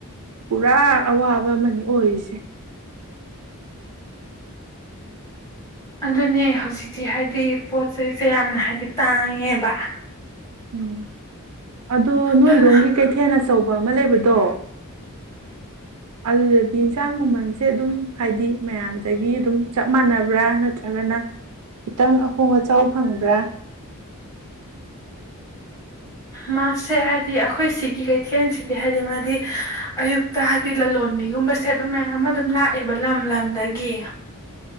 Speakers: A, on the right; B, on the left.
A: ꯄꯨꯔꯥ ꯑꯋꯥꯕ ꯑꯃꯅꯤ ꯑꯣꯏꯔꯤꯁꯦ
B: ꯑꯗꯨꯅꯦ ꯍꯧꯖꯤꯛꯇꯤ ꯍꯥꯏꯗꯤ ꯄꯣꯠ ꯆꯩꯁꯦ ꯌꯥꯝꯅ ꯍꯥꯏꯕꯗꯤ ꯇꯥꯡꯉꯦꯕ
A: ꯎꯝ ꯑꯗꯣ ꯅꯣꯏꯔꯣꯝꯒꯤ
B: ꯑꯥ
A: ꯀꯩꯊꯦꯜ ꯑꯆꯧꯕ ꯍ ꯑꯃ ꯂꯩꯕꯗꯣ ꯑꯗꯨꯗꯗꯤ ꯏꯟꯁꯥꯡ ꯃꯃꯜꯁꯦ ꯑꯗꯨꯝ ꯍꯥꯏꯗꯤ ꯃꯌꯥꯝꯗꯒꯤ ꯑꯗꯨꯝ ꯆꯞ ꯃꯥꯟꯅꯕ꯭ꯔꯥ ꯅꯠꯇ꯭ꯔꯒꯅ ꯈꯤꯇꯪ ꯑꯍꯣꯡ ꯑꯆꯥꯎ ꯐꯪꯕ꯭ꯔꯥ
B: ꯃꯥꯁꯦ ꯍꯥꯏꯗꯤ ꯑꯩꯈꯣꯏ ꯁꯤꯒꯤ ꯀꯩꯊꯦꯜꯁꯤꯗꯤ ꯍꯥꯏꯗꯤ ꯃꯥꯗꯤ ꯑꯌꯨꯛꯇ ꯍꯥꯏꯗꯤ ꯂꯂꯣꯟꯕꯤꯒꯨꯝꯕꯁꯦ ꯑꯗꯨꯝ ꯃꯌꯥꯝ ꯑꯃ ꯑꯗꯨꯝ ꯂꯥꯛꯑꯦꯕ ꯂꯝ ꯂꯝꯗꯒꯤ